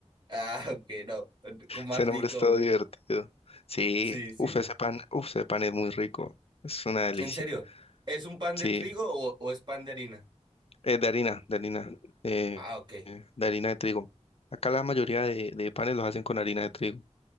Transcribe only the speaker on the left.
Ese nombre
es
todo divertido. Sí,
uf, ese pan, uf, ese pan es muy rico. Es una delicia.
Sí,
eh, de harina, de harina, eh,
eh, de harina de trigo. Acá la mayoría de, de panes los hacen con harina de trigo.